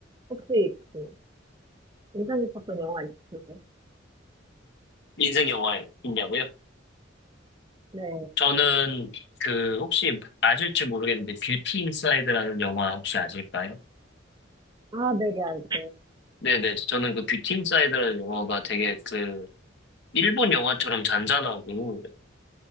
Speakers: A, on the right; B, on the left.
A: 혹시 그 인상 깊었던 영화 있으세요?
B: 인생 영화 있냐고요?
A: 네.
B: 저는 그 혹시 아실지 모르겠는데 뷰티 인사이드라는 영화 혹시 아실까요?
A: 아, 네네, 알죠.
B: 네네. 저는 그 뷰티 인사이드라는 영화가 되게 그 일본 영화처럼 잔잔하고